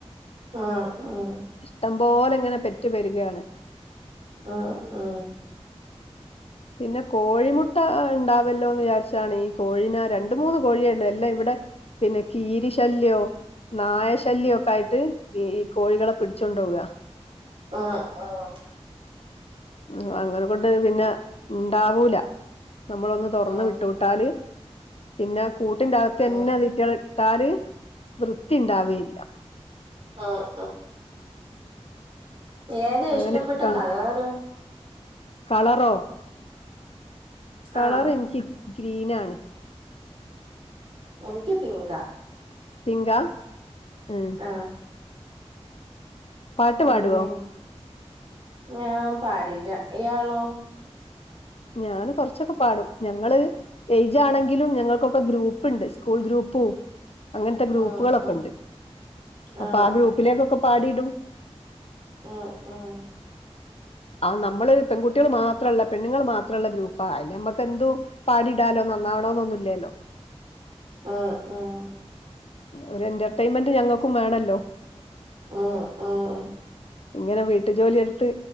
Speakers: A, on the right; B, on the left.
A: ആഹ് ആഹ്.
B: ഇഷ്ടം പോലെങ്ങനെ പെറ്റു പെരു കാണ്.
A: ആ മ്മ്
B: പിന്നെ കോഴിമുട്ട ഉണ്ടാവല്ലോ എന്ന് വിചാരിച്ചാണ് ഈ കോഴീനെ രണ്ട് മൂന്ന് കോഴിയേ യുള്ളൂ എല്ലാം ഇവിടെ. പിന്നെ കീരി ശല്യോ. നായശല്യൊക്കെ ആയിട്ട് ഈ ഈ കോഴികളെ പിടിച്ചോണ്ടവ
A: ആ ആഹ്.
B: മ് അങ്ങനെ കൊണ്ട് പിന്നെ ഇണ്ടാവൂല നമ്മളൊന്ന് തുറന്ന്
A: ഉം
B: വിട്ട്. ട്ടൂട്ടാല് പിന്നെ കൂട്ടിന്റെ അകത്ത്ന്നെ
A: ഉം ഉം ഉം
B: തി റ്റള ഇട്ടാല്. വൃത്തിണ്ടാവേയില്ല.
A: ആ ഏതാ
B: അങ്ങനെയൊക്കാ
A: ഇഷ്ടപ്പെട്ട കളറ്?
B: കളറോ. കളർ
A: ആഹ്
B: ഇനിക്ക് ഗ്രീനാണ്.
A: എനിക്ക് പിങ്കാ.
B: പിങ്കാ.. എമ്.
A: അ
B: പാട്ട്
A: പിന്നെയ്
B: പാടുവോ
A: ഞാൻ പാടില്ല ഇയാളോ.
B: ഞാന് കൊറച്ചൊക്കെ പാടും ഞങ്ങള്. ഏയ്ജാണെങ്കിലും ഞങ്ങൾക്കൊക്കെ ഗ്രൂപ്പുണ്ട് സ്കൂൾ ഗ്രൂപ്പും. അങ്ങനത്തെ ഗ്രൂപ്പുകളൊക്കെണ്ട്
A: ഉം ഉം ആഹ്
B: അപ്പൊ ആ ഗ്രൂപ്പിലേക്കൊക്കെ പാടിടും.
A: ആഹ് ആഹ്
B: ആ നമ്മള് പെൺകുട്ടികൾ മാത്രള്ള പെണ്ണ്ങ്ങൾ മാ. ത്രള്ള ഗ്രൂപ്പാ അയ്ല് നമ്മക്ക് എന്തും പാടിടാലോ നന്നാവണോന്നൊന്നുല്ലല്ലോ.
A: അ ആഹ്.
B: ഒരു എന്റർടൈൻമെന്റ് ഞങ്ങൾക്കും വേണല്ലോ.
A: ഉം ഉം
B: ഇങ്ങനെ വീട്ടു ജോലിയടുത്ത്